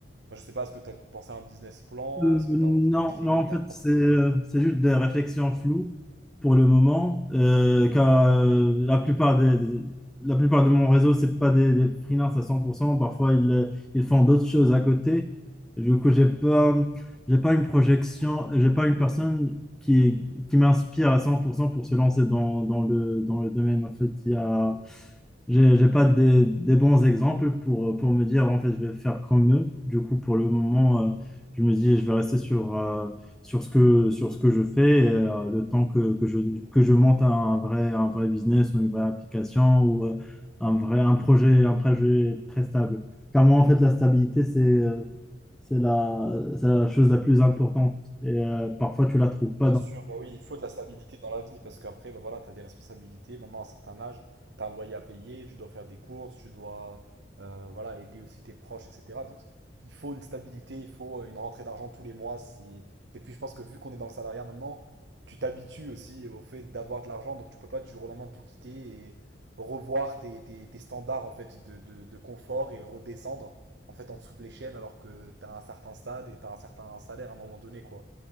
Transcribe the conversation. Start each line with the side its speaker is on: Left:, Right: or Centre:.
Right: Enfin, je sais pas, est-ce que tu as pensé à un business plan?
Centre: Euh,
Right: Est-ce
Centre: non,
Right: que tu as envie de créer
Centre: non, en
Right: ta
Centre: fait,
Right: propre.
Centre: c'est euh,
Right: euh,
Centre: c'est juste des réflexions floues pour le moment, euh, car euh, la plupart des, des- la plupart de mon réseau, c'est pas des, des freelances à cent. pour cent. Parfois, ils, euh, ils font d'autres choses à côté. Du coup, j'ai pas, j'ai pas une projection, j'ai pas une personne qui, qui m'inspire à cent pour cent pour se lancer dans, dans le, dans le domaine. En fait, il y a, j'ai j'ai pas des, des bons exemples pour, pour me dire, en fait, je vais faire comme eux. Du coup, pour le moment, euh, je me dis, je vais rester sur, euh, sur, ce que, sur ce que je fais et, euh, le temps que, que, je, que je monte un vrai, un vrai business ou une vraie application ou euh, un vrai un projet, un projet très stable. Car moi, en fait, la stabilité, c'est euh, c'est la, c'est la chose la plus importante. Et euh, parfois, tu la trouves pas
Right: Bien
Centre: dans...
Right: sûr, bah oui, il faut de la stabilité dans la vie parce qu'après, bah voilà, tu as des responsabilités. Maintenant, à un certain âge, tu as un loyer à payer, tu dois faire des courses, tu dois euh, voilà, aider aussi tes proches, etc. Donc, il faut une stabilité, il faut une rentrée d'argent tous les mois. c'est- Et puis, je pense que vu qu'on est dans le salariat maintenant, tu t'habitues aussi au fait d'avoir de l'argent. Donc, tu peux pas du jour au lendemain tout quitter et revoir tes, tes- tes standards en fait de, de- de confort et redescendre en fait en dessous de l'échelle alors que tu as un certain stade et tu as un certain salaire à un moment donné, quoi.